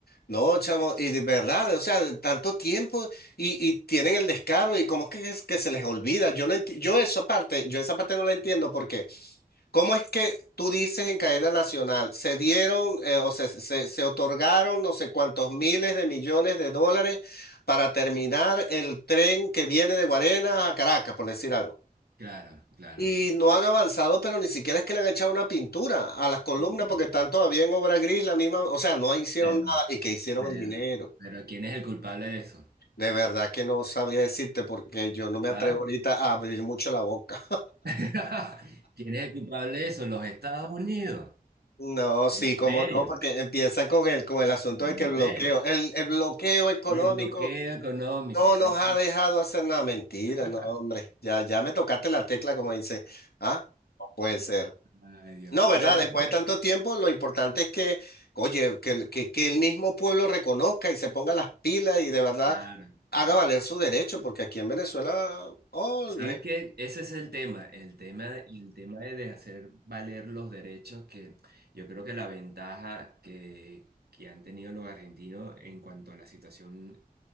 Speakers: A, on the left; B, on the right.
A: No, chamo, y de verdad, o sea, de tanto tiempo y, y tienen el descaro y cómo que es que se les olvida. Yo no enti- yo esa parte, yo esa parte no la entiendo porque ¿Cómo es que tú dices en cadena nacional, se dieron eh, o se, se- se otorgaron no sé cuántos miles de millones de dólares para terminar el tren que viene de Guarena a Caracas, por decir algo?
B: claro, claro.
A: Y no han avanzado, pero ni siquiera es que le han echado una pintura a las columnas
B: Sí, sí,
A: porque
B: sí.
A: están todavía en obra gris, la misma, o sea, no hicieron
B: Claro.
A: nada y que hicieron
B: Pero,
A: el dinero.
B: pero ¿quién es el culpable de eso?
A: De verdad que no sabría decirte porque yo no me atrevo
B: ¿Ah?
A: ahorita a abrir mucho la boca.
B: <laughs> ¿Quién es el culpable de eso? Los Estados Unidos.
A: No,
B: El
A: sí,
B: imperio.
A: cómo no, porque empiezan con el, con el asunto
B: El
A: de
B: imperio.
A: que el bloqueo, el, el bloqueo económico
B: El bloqueo económico,
A: no
B: exactamente.
A: nos ha dejado hacer nada. Mentira,
B: <laughs>
A: no, hombre. Ya, ya me tocaste la tecla, como dice. Ah, no puede ser.
B: Ay, Dios.
A: No, ¿verdad?
B: Bueno,
A: Después
B: entonces,
A: de tanto tiempo, lo importante es que, oye, que, el- que, que el mismo pueblo reconozca y se ponga las pilas y de verdad
B: claro,
A: haga
B: claro.
A: valer su derecho, porque aquí en Venezuela, olvida.
B: ¿Sabes qué? Ese es el tema, el tema, el tema de hacer valer los derechos que yo creo que la ventaja que, que han tenido los argentinos en cuanto a la situación